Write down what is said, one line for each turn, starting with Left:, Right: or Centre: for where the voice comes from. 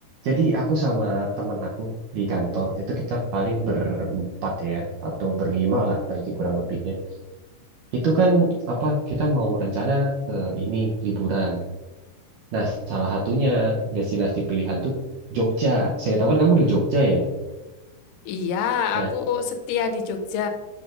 Right: Jadi aku sama temen aku di kantor itu kita paling berempat ya, atau berlima lah nanti kurang lebihnya. Itu kan apa kita mau rencana ke ini liburan. Nah, salah satunya destinasi pilihan tuh Jogja. Saya tahu kan kamu di Jogja ya.
Left: Iya,
Right: Nah,
Left: aku setia di Jogja.